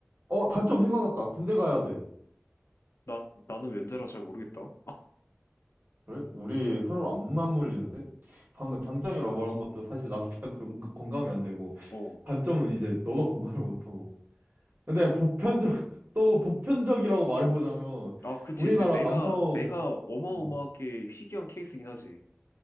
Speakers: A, on the right; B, on the left.
A: 어, 단점 생각났다. 군대 가야 돼.
B: 나, 나는 면제라 잘 모르겠다.
A: 그래? 우리 서로 안 맞물리는데? 방금 장점이라고 말한 것도 사실 나도 잘 <laughs> 공- 공감이 안 되고,
B: 어.
A: 단점은 이제 너가 공감을 못하고. 근데 보편적, <laughs> 또 보편적이라고 말해보자면,
B: 아, 그치.
A: 우리나라
B: 근데 내가,
A: 남성,
B: 내가 어마어마하게
A: 어,
B: 희귀한 케이스긴 하지.